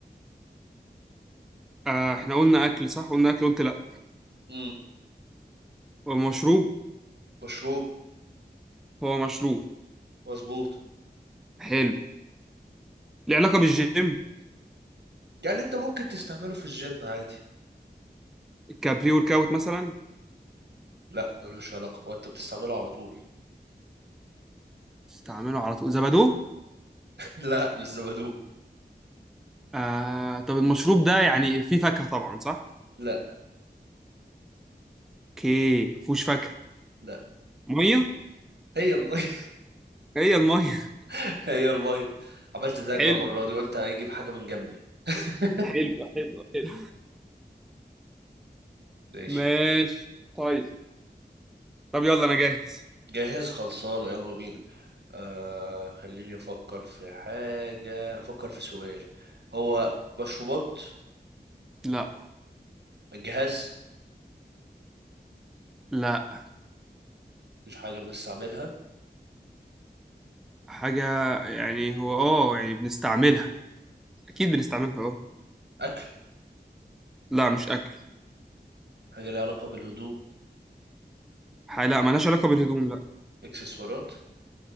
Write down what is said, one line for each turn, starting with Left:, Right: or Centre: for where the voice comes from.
Centre: آه احنا قلنا أكل صح قلنا أكل قلت لأ
Right: امم
Centre: هو مشروب
Right: مشروب
Centre: هو مشروب
Right: مظبوط
Centre: حلو ليه علاقة بالجيم
Right: يعني انت ممكن تستعمله في الجيم عادي
Centre: الكابري ورك أوت مثلا
Right: لا ملوش علاقة وانت بتستعمله على طول
Centre: استعمله على طول زبادو
Right: <laughs> لا مش زبادو
Centre: آه طب المشروب ده يعني فيه فاكهة طبعا صح
Right: لا
Centre: اوكي مفهوش فاكهة
Right: لا
Centre: مية
Right: هي المية
Centre: هي المية <laughs>
Right: <laughs> هي المية عملت زيك
Centre: حلو
Right: بقى المرة دي قلت هيجيب حاجة من جنبي <laughs>
Centre: حلو حلو حلو
Right: ماشي
Centre: ماشي طيب طب يلا انا جاهز
Right: جاهز خلصان يلا بينا آه خليني أفكر في حاجة هفكر في سؤال هو مشروبات
Centre: لا
Right: جهاز
Centre: لا
Right: مش حاجة بنستعملها
Centre: حاجة يعني هو اه يعني بنستعملها أكيد بنستعملها اه
Right: أكل
Centre: لا مش أكل
Right: حاجة ليها علاقة بالهدوم
Centre: ح- لا ملهاش علاقة بالهدوم لا
Right: إكسسوارات